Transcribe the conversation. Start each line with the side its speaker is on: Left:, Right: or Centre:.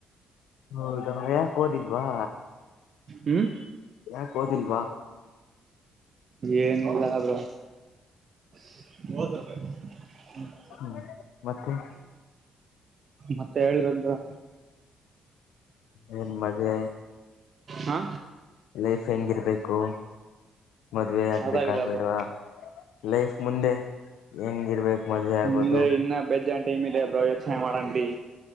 Left: ಹೌದ ಯಾಕ್ ಓದಿಲ್ವಾ.
Right: ಹ್ಮ್
Left: ಯಾಕ ಓದಿಲ್ವಾ.
Right: ಏನಿಲ್ಲ ಬ್ರೋ. <unintelligible>
Left: ಹ್ಮ್ ಮತ್ತೆ.
Right: ಮತ್ತೆ ಹೇಳಬೇಕು ಬ್ರೋ.
Left: ಹ್ಮ ನಿಮ್ಮದೇ
Right: ಹಾ
Left: ಲೈಫ್ ಹೆಂಗಿರ್ಬೇಕು. ಮದ್ವೆ ಆಗ್ಬೇಕಾ
Right: ಅದಾಗಿಲ್ಲ
Left: ಬೇಡವಾ.
Right: ಬ್ರೋ
Left: ಲೈಫ್ ಮುಂದೆ ಹೆಂಗಿರ್ಬೇಕು ಮದ್ವೆ ಆಗೋದು.
Right: ಮುಂದೆ ಇನ್ನ ಬೇಜ್ಜಾನ ಟೈಮ ಇದೆ ಬ್ರೋ ಯೋಚನೆ ಮಾಡನ ಬಿಡಿ